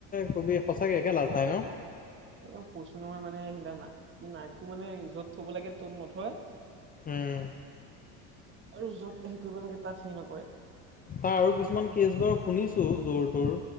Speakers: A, on the left (about 25°); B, on the right (about 35°).
A: কবি সঁচাকে একে লাজ নাই ন?
B: এ কৈছো নহয় মানে সি না নাইটটো মানে য'ত থব লাগে ত'ত নথয়।
A: উম
B: আৰু যত হেৰি কৰিব লাগে তাত হেৰি নকৰে
A: তাৰ আৰু কিছুমান কেছ বাৰু শুনিছো, জোৰ-তৰ।